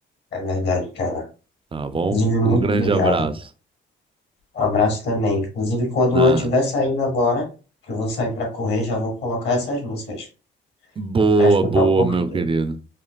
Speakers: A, on the left; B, on the right.
A: É verdade, cara.
B: Tá bom?
A: Inclusive, muito
B: Um grande
A: obrigado.
B: abraço.
A: Um abraço também. Inclusive, quando
B: Na
A: eu estiver saindo agora, que eu vou sair pra correr, já vou colocar essas músicas
B: boa,
A: pra escutar
B: boa,
A: um pouquinho.
B: meu querido.